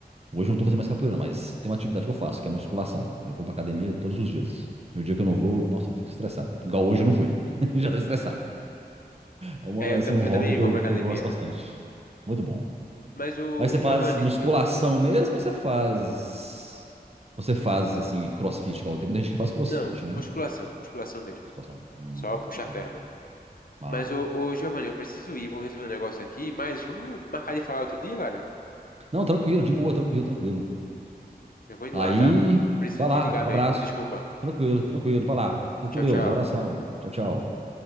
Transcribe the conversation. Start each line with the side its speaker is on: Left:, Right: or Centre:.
Right: Hoje eu não tô fazendo mais capoeira, mas tem uma atividade que eu faço, que é musculação. Eu vou pra academia todos os dias. E o dia que eu não vou, nossa, eu fico estressado. Igual hoje eu não fui. <laughs> Já tô estressado. É uma,
Left: É, eu,
Right: assim,
Left: tam-
Right: um hobby
Left: eu também
Right: que
Left: vou
Right: eu,
Left: pra
Right: que
Left: academia.
Right: eu gosto bastante. Muito bom.
Left: Mas o,
Right: Mas você
Left: o
Right: faz
Left: Giovanni,
Right: musculação
Left: eu.
Right: mesmo ou você faz. Você faz, assim, crossfit, igual tem muita gente que faz crossfit,
Left: Não,
Right: né?
Left: musculação, musculação mesmo.
Right: Situação. Hum,
Left: Só puxar
Right: hum.
Left: ferro mesmo.
Right: ah,
Left: Mas,
Right: bom.
Left: ô, ô Giovanni, eu preciso ir, vou resolver um negócio aqui, mas vamos marcar de falar outro dia, cara?
Right: Não, tranquilo, de boa, tranquilo, tranquilo.
Left: Eu vou indo
Right: Aí,
Left: lá, tá? Preciso
Right: vai
Left: desligar
Right: lá, abraço.
Left: mesmo. Desculpa.
Right: Tranquilo, tranquilo, vai lá. Fica
Left: Tchau,
Right: com Deus,
Left: tchau.
Right: abração. Tchau, tchau.